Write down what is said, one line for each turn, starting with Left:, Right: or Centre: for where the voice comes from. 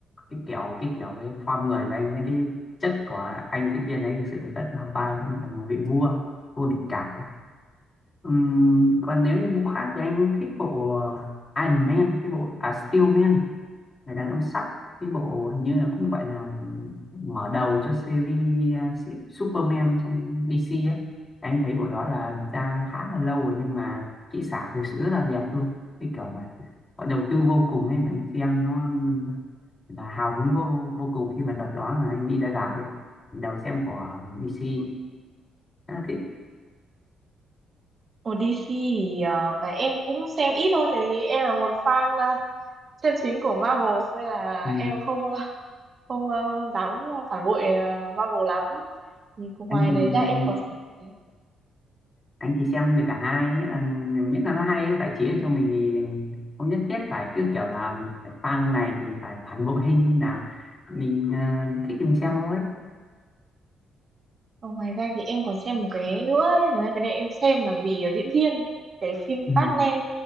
Left: cái kiểu cái kiểu cái form người của anh với cái chất của anh diễn viên ấy thực sự là rất là vai cũng như là một vị vua vua địch cả Ừm, còn nếu như bộ khác thì anh thích bộ Iron Man cái bộ à, Steel Man người đàn ông sắt cái bộ hình như là cũng gọi là mở đầu cho series à, si- Superman trong DC ấy anh thấy bộ đó là ra khá là lâu rồi nhưng mà kỹ xảo thực sự rất là đẹp luôn cái kiểu mà họ đầu tư vô cùng ấy mà anh xem nó là hào hứng vô vô cùng khi mà đợt đó là anh đi ra rạp ấy đầu xem của DC rất là thích
Right: Ồ DC thì ờ, là em cũng xem ít thôi tại vì em là một fan ờ, chân chính của Marvel nên là
Left: ừ.
Right: em không ờ, không ờ, dám phản bội ờ, Marvel lắm. Nhưng ngoài
Left: anh thì
Right: đấy ra em
Left: anh
Right: còn xem cái-
Left: anh thì xem được cả hai nghĩa là miễn là nó hay giải trí được cho mình thì không nhất thiết phải cứ kiểu là phải fan này thì phải phản bội hay như thế nào mình ờ, thích thì mình xem thôi
Right: còn ngoài ra thì em còn xem một cái nữa ấy. Thật ra cái này em xem là vì ờ, diễn viên cái phim
Left: ừ.
Right: Batman